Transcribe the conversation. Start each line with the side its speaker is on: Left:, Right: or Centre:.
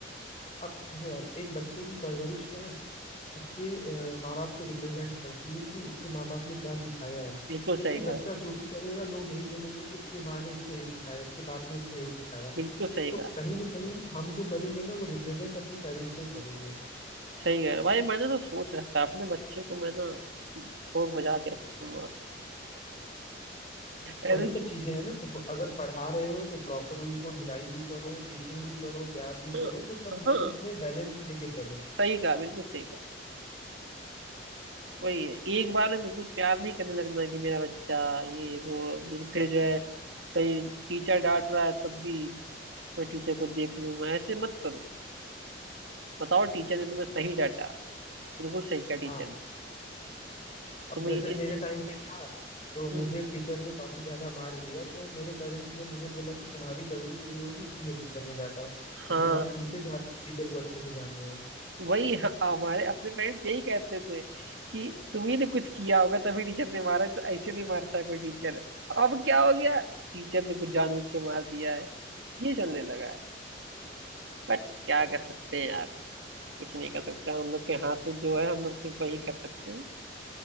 Left: अब देखो यार एक बच्चे की परवरिश ना उसके माँ बाप को रिप्रेजेंट करती है कि उसके माँ बाप ने क्या सिखाया है क्योंकि
Right: बिल्कुल सही कहा
Left: बच्चा जो भी करेगा लोग यही बोलेंगे कि इसके माँ ने इसको यही सिखाया इसके बाप ने इसको यही सिखाया
Right: बिल्कुल सही
Left: तो
Right: कहा
Left: कहीं ना कहीं हम जो करेंगे ना वो रिप्रेजेंट अपने पेरेंट्स को ही करेंगे
Right: सही कह रहे हो। भाई मैंने तो सोच रखा है, अपने बच्चे को मैं ना ठोक बजा के रखूंगा ऐसे
Left: वही सब चीजें हैं ना देखो अगर पढ़ा रहे हो तो प्रॉपर उनको धुलाई भी करो टीचिंग भी करो प्यार भी
Right: हाँ
Left: करो तो सब
Right: हाँ,
Left: लिमिट में बैलेंस लेके चलो
Right: सही कहा बिल्कुल सही कहा वही है एक बार में बिल्कुल प्यार नहीं करने लगना कि मेरा बच्चा ये वो फिर फिर जो है कहीं टीचर डांट रहा है तब भी मैं टीचर को देख लूंगा ऐसे मत करो बताओ टीचर ने तुम्हें सही डांटा बिल्कुल सही कहा टीचर
Left: हाँ
Right: ने
Left: अब
Right: तुम्हें
Left: जैसे
Right: ये चीज
Left: मेरे
Right: नहीं
Left: टाइम
Right: करनी।
Left: पे था तो
Right: हम्म,
Left: मुझे एक टीचर ने काफी ज्यादा मार दिया तो मेरे पेरेंट्स ने मुझे बोला कि तुम्हारी गलती नहीं होगी इसीलिए टीचर ने डांटा क्योंकि
Right: हाँ
Left: हम तुमसे ज्यादा टीचर को अच्छे से जान रहे हैं
Right: वही ह- हमारे अपने पेरेंट्स यही कहते थे कि तुम्ही ने कुछ किया होगा तभी टीचर ने मारा है, तो ऐसे नहीं मारता कोई टीचर अब क्या हो गया टीचर ने कुछ जानबूझ के मार दिया है ये चलने लगा है बट क्या कर सकते हैं यार कुछ नहीं कर सकते हम लोग के हाथ में जो है हम लोग सिर्फ वही कर सकते हैं